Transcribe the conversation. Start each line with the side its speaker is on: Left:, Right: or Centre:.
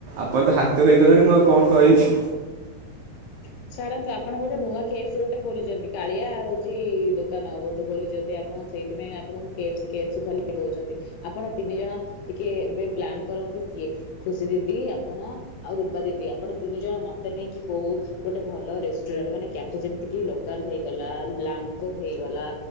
Right: ଆପଣ ତ ହାତୀ ହୋଇଗଲେଣି ମୁଁ ଆଉ କଣ କହିବି
Left: <inaudible> ଛାଡନ୍ତୁ ଆପଣ ବୋଧେ ନୂଆ କେସ ଗୋଟେ ଖୋଲିଛନ୍ତି କଳିଆ ହଉଛି ଦୋକାନ ବୋଧେ ଖୋଲିଛନ୍ତି ଆ ସେଇଥିପାଇଁ ଆପଣଙ୍କୁ କେସ୍ପ କେସ୍ପା କହୁଛନ୍ତି ଆପଣ ତିନି ଜଣ ଟିକେ ଏବେ ପ୍ଲାନ କରନ୍ତ କିଏ ଖୁସି ଦିଦି ଆପଣ ଆଉ ରୂପା ଦିଦି ଆପଣ ତିନି ଜଣ ମତେ ନେଇକି କହୁ ଗୋଟେ ଭଲ ରେଷ୍ଟୁରାଣ୍ଟ ମାନେ କ୍ୟାଫେ ଯେମିତି କି ଲୋକାଲ ହେଇଗଲା ବ୍ଲାଙ୍କୋ ହେଇଗଲା